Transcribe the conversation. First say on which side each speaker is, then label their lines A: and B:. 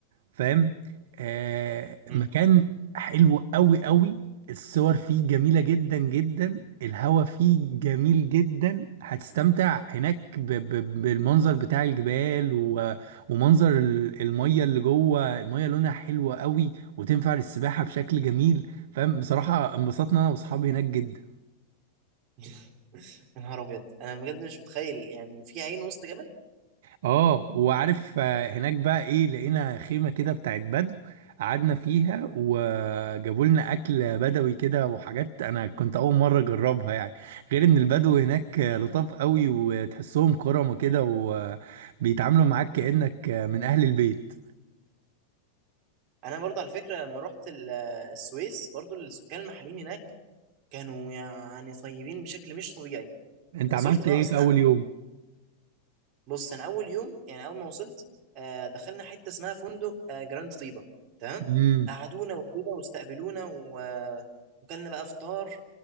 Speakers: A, on the right; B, on the right.
A: فاهم آه
B: امم
A: مكان حلو قوي قوي الصور فيه جميلة جدا جدا الهوا فيه جميل جدا هتستمتع هناك ب ب بالمنظر بتاع الجبال و ومنظر ال- المية اللي جوه المية لونها حلوة قوي وتنفع للسباحة بشكل جميل فاهم بصراحة انبسطنا انا واصحابي هناك جدا
B: <laughs> يا نهار ابيض انا بجد مش متخيل يعني في عين وسط جبل
A: اه وعارف آه، هناك بقى ايه لقينا خيمة كده بتاعت بدو قعدنا فيها وجابوا لنا اكل بدوي كده وحاجات انا كنت اول مرة اجربها يعني غير ان البدو هناك آه، لطاف قوي وتحسهم كرمة كده وبيتعاملوا معاك كأنك آه، من اهل البيت
B: انا برضه على فكره لما رحت ال- السويس برضه السكان المحليين هناك كانوا يعني طيبين بشكل مش طبيعي
A: انت عملت
B: زرت بقى
A: ايه
B: اصلا
A: في اول يوم
B: بص انا اول يوم يعني اول ما وصلت آه، دخلنا حته اسمها فندق آه، جراند طيبه تمام
A: امم
B: قعدونا وكده واستقبلونا و... آه، وكلنا بقى فطار